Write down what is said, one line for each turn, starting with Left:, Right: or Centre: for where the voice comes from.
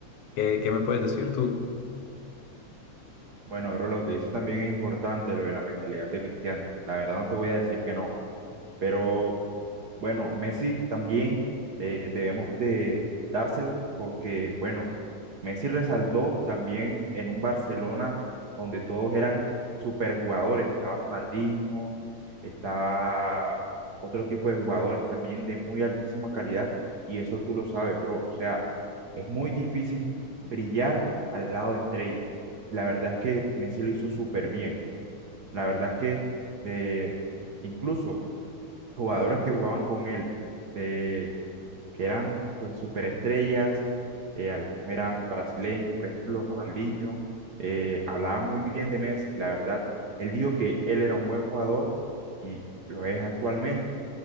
Left: ¿qué, qué me puedes decir tú?
Right: Bueno, bro, lo que dices también es importante, lo de la mentalidad de Cristiano. La verdad no te voy a decir que no, pero Bueno, Messi también eh, debemos de dársela porque, bueno, Messi resaltó también en un Barcelona donde todos eran superjugadores. Estaba Ronaldinho, estaba otro tipo de jugadores también de muy altísima calidad y eso tú lo sabes, bro. O sea, es muy difícil brillar al lado de estrellas. La verdad es que Messi lo hizo súper bien. La verdad es que eh, incluso jugadores que jugaban con él, de, que eran pues superestrellas, eh, algunos eran brasileños, por ejemplo, Ronaldinho, eh, hablaba muy bien de Messi, la verdad, él dijo que él era un buen jugador y lo es actualmente,